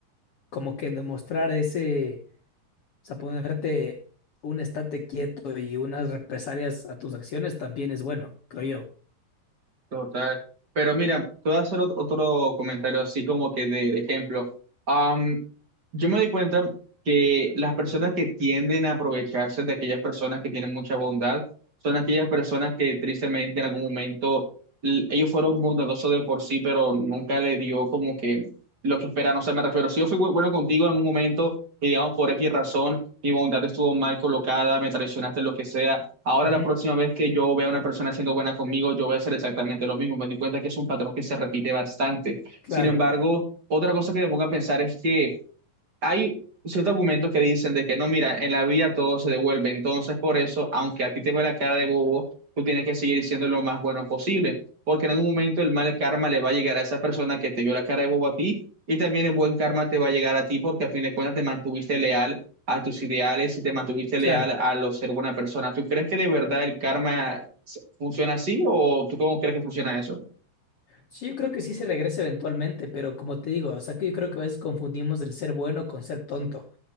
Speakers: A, on the left (about 70°); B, on the right (about 35°).
A: como que demostrar ese, o sea, ponerte un estate quieto y unas represalias a tus acciones también es bueno, creo yo.
B: Total. Pero mira, te voy a hacer ot- otro comentario así como que de, de ejemplo. Am, yo me di cuenta que las personas que tienden a aprovecharse de aquellas personas que tienen mucha bondad son aquellas personas que tristemente en algún momento l- ellos fueron bondadosos de por sí, pero nunca le dio como que lo que esperan. O sea, me refiero, si yo fui bu- bueno contigo en algún momento y digamos por X razón, mi bondad estuvo mal colocada, me traicionaste, lo que sea. Ahora
A: Ujú,
B: la próxima vez que yo vea a una persona siendo buena conmigo, yo voy a hacer exactamente lo mismo. Me di cuenta que es un patrón que se repite bastante. Sin
A: Claro,
B: embargo, otra cosa que me pongo a pensar es que hay ciertos argumentos que dicen de que no, mira, en la vida todo se devuelve, entonces por eso, aunque a ti te ve la cara de bobo, tú tienes que seguir siendo lo más bueno posible, porque en algún momento el mal karma le va a llegar a esa persona que te vio la cara de bobo a ti, y también el buen karma te va a llegar a ti porque a fin de cuentas te mantuviste leal a tus ideales y te mantuviste
A: claro.
B: leal a lo ser buena persona. ¿Tú crees que de verdad el karma funciona así o tú cómo crees que funciona eso?
A: Sí, yo creo que sí se regresa eventualmente, pero como te digo, o sea que yo creo que a veces confundimos el ser bueno con ser tonto.